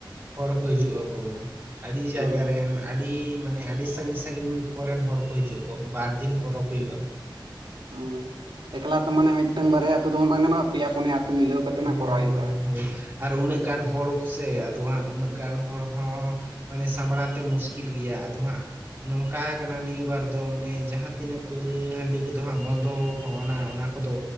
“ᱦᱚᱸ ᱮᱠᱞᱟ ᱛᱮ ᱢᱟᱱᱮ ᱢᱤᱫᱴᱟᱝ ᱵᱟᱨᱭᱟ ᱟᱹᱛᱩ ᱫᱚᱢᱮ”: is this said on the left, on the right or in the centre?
Right